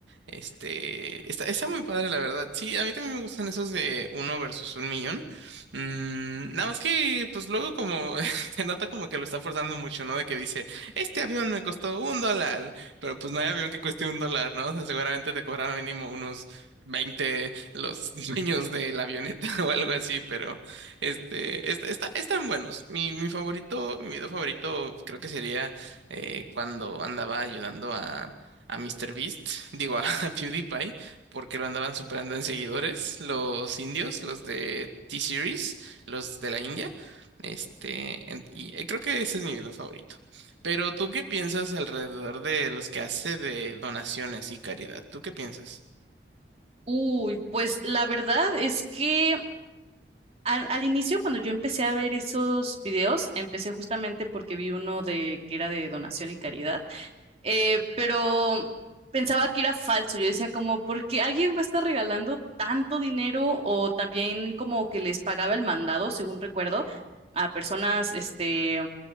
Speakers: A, on the right; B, on the right.
A: Este, está, está muy padre, la verdad. Sí, a mí también me gustan esos de uno versus un millón. Mm, nada más que, pues luego como <laughs> se nota como que lo está forzando mucho, ¿no? De que dice, este avión me costó un dólar, pero pues no hay avión que cueste un dólar, ¿no? O sea, seguramente te cobraron mínimo unos 20 los <laughs> dueños de la avioneta <laughs> o algo así, pero este, est- está, están buenos. Mi, mi favorito, mi video favorito creo que sería eh, cuando andaba ayudando a a Mister Beast, digo, PewDiePie porque lo andaban superando en seguidores los indios, los de T-Series, los de la India. Este, en- y eh, creo que ese es mi video favorito. Pero ¿tú qué piensas alrededor de los que hace de donaciones y caridad? ¿Tú qué piensas?
B: Uy, pues la verdad es que al, al inicio, cuando yo empecé a ver esos videos, empecé justamente porque vi uno de que era de donación y caridad. eh, pero pensaba que era falso. Yo decía como, ¿por qué alguien va a estar regalando tanto dinero? O también como que les pagaba el mandado, según recuerdo, a personas, este,